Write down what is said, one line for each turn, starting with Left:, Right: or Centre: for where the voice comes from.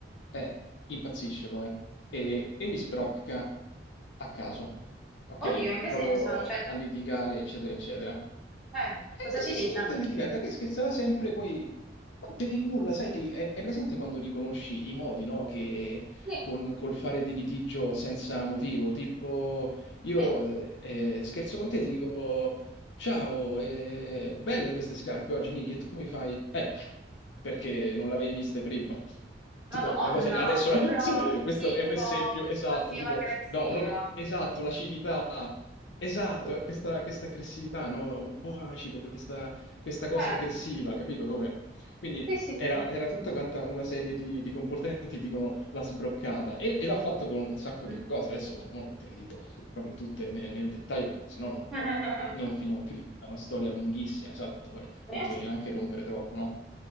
Left: eh, impazzisce come e, e mi sbrocca a caso, ok?
Centre: Oddio, in che
Left: Proprio
Centre: senso?
Left: a,
Centre: Cioè,
Left: a litigare, eccetera, eccetera.
Centre: eh,
Left: Eh,
Centre: cosa
Left: si,
Centre: ti dice?
Left: si mette a litigare, da che scherzerà sempre, poi... Ma per il nulla, sai, è, è presente quando riconosci i modi, no? Che
Centre: Sì,
Left: con, col fare di litigio senza motivo, tipo io
Centre: sì.
Left: eh, eh, scherzo con te, ti dico ciao, eh, belle queste scarpe oggi, Niki, e tu mi fai eh, perché non l'avevi viste prima.
Centre: Madonna,
Left: Tipo, una cosa, adesso,
Centre: proprio
Left: <laughs> adesso questo
Centre: sì,
Left: è
Centre: tipo
Left: un esempio esatto,
Centre: passiva-aggressiva.
Left: tipo, No, proprio esatto, l'acidità.
Centre: Mm.
Left: Esatto,
Centre: Sì,
Left: eh, questa, questa aggressività, no? Un po' acido, questa, questa cosa
Centre: certo.
Left: aggressiva, capito come? Quindi
Centre: Sì, sì,
Left: era,
Centre: sì.
Left: era tutta quanta una serie di, di comportamenti, dicono la sbroccata, e, e l'ha fatto con un sacco
Centre: Mm.
Left: di cose. Adesso mo, mo non te le dico proprio tutte ne- nel, dettaglio, perché sennò non,
Centre: <laughs>
Left: eh, non finiamo più. È una storia lunghissima, esatto, poi non
Centre: Sì,
Left: ti voglio neanche rompere troppo, no?